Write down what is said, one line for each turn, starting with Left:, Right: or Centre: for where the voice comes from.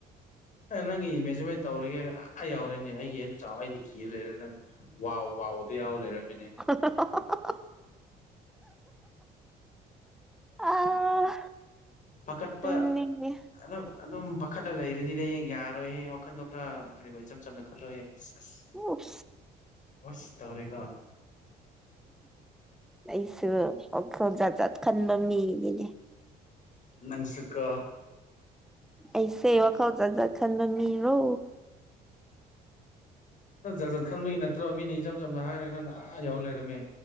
Left: ꯑꯦ ꯅꯪꯒꯤ ꯃꯦꯖꯔꯃꯦꯟ ꯇꯧꯔꯒꯦꯔ ꯑ ꯑꯥ ꯌꯥꯎꯔꯅꯤ ꯑꯩꯒꯤ ꯍꯦꯟꯅ ꯆꯥꯎ ꯑꯩꯗꯤ ꯀꯤ ꯂꯩꯔ ꯅꯪꯗꯤ ꯋꯥꯎ ꯋꯥꯎꯗꯤ ꯌꯥꯎ ꯂꯩꯔꯝꯃꯦꯅꯦ
Centre: <unintelligible> ꯑꯥ
Left: ꯄꯥꯈꯠꯄ
Centre: ꯇꯨꯝꯅꯤꯡꯉꯦ
Left: ꯑꯗꯨꯝ ꯑꯗꯨꯝ ꯄꯥꯈꯠꯂ ꯂꯩꯔꯗꯤꯅꯦ ꯌꯥꯔꯣꯏꯍꯦ ꯋꯥꯈꯟꯗꯣ ꯈꯔ ꯀꯔꯤꯕ ꯏꯆꯝ ꯆꯝꯅ ꯈꯜꯂꯣꯍꯦ ꯑꯁ ꯑꯁ
Centre: ꯎꯞ
Left: ꯑꯁ ꯇꯧꯔꯦꯒ
Centre: ꯑꯩꯁꯨ ꯋꯥꯈꯜ ꯖꯠ ꯖꯠ ꯈꯟꯕ ꯃꯤꯅꯤꯅꯦ
Left: ꯅꯪꯁꯨꯀꯣ
Centre: ꯑꯩꯁꯦ ꯋꯥꯈꯜ ꯖꯥꯠ ꯖꯥꯠ ꯈꯟꯕ ꯃꯤꯔꯣ
Left: ꯎꯝ ꯖꯥꯠ ꯖꯥꯠ ꯈꯟꯕꯒꯤ ꯅꯠꯇ꯭ꯔꯣ ꯃꯤꯅ ꯏꯆꯝ ꯆꯝꯅ ꯍꯥꯏꯔꯒ ꯅꯪꯅ ꯑꯥ ꯌꯥꯎꯔ ꯂꯩꯔꯝꯃꯦ